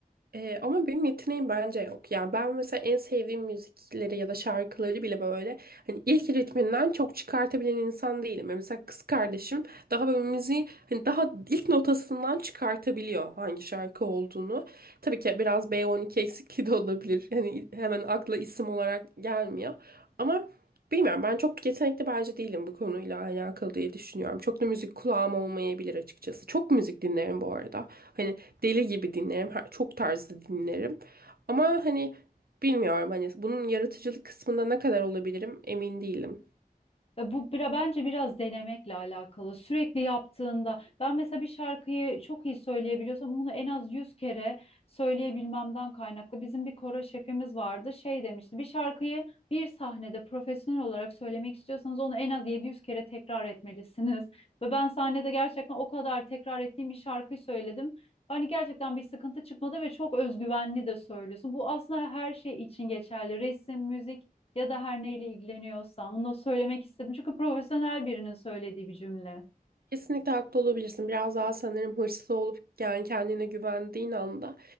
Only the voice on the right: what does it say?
Ee, ama benim yeteneğim bence yok. Yani ben mesela en sevdiğim müzikleri ya da şarkıları bile böyle hani ilk ritminden çok çıkartabilen insan değilim. Yani Mesela kız kardeşim daha böyle müziği hani daha ilk notasından çıkartabiliyor hangi şarkı olduğunu. Tabii ki biraz B12 eksikliği de olabilir. Yani hemen akla isim olarak gelmiyor. Ama Bilmiyorum ben çok yetenekli bence değilim bu konuyla alakalı diye düşünüyorum. Çok da müzik kulağım olmayabilir açıkçası. Çok müzik dinlerim bu arada. Hani deli gibi dinlerim. her- Çok tarzda dinlerim. Ama hani bilmiyorum hani bunun yaratıcılık kısmında ne kadar olabilirim emin değilim.
Kesinlikle haklı olabilirsin. Biraz daha sanırım hırslı olup yani kendine güvendiğin anda